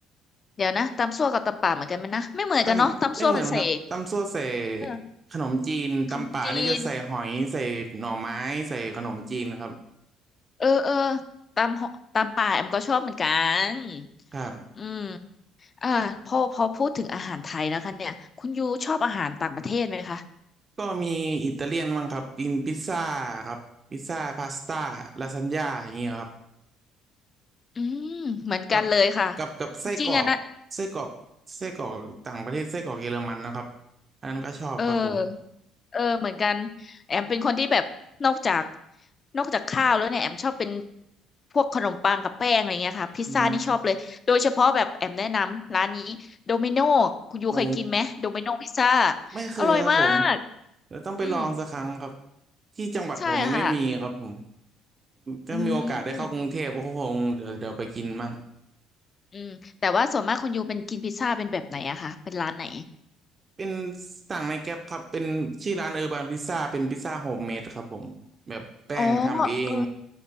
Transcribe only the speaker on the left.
เดี๋ยวนะตำซั่วกับตำป่าเหมือนกันไหมนะไม่เหมือนกันเนาะตำซั่วมันใส่
เออ
ขนมจีนเออเออตำหตำป่าแอมก็ชอบเหมือนกัน
อืมอ่าพอพอพูดถึงอาหารไทยแล้วคะเนี่ยคุณยูชอบอาหารต่างประเทศไหมคะ
อืมเหมือนกันเลยค่ะ
จริงอะนะ
เออเออเหมือนกันแอมเป็นคนที่แบบนอกจากนอกจากข้าวแล้วเนี่ยแอมชอบเป็นพวกขนมปังกับแป้งอะไรเงี้ยค่ะพิซซ่านี่ชอบเลยโดยเฉพาะแบบแอมแนะนำร้านนี้โดมิโน
คุณยูเคยกินไหมโดมิโนพิซซ่า
อร่อยมาก
อืม
ใช่ค่ะ
อืมอืมแต่ว่าส่วนมากคุณยูเป็นกินพิซซ่าเป็นแบบไหนอะคะเป็นร้านไหน
อ๋อเออ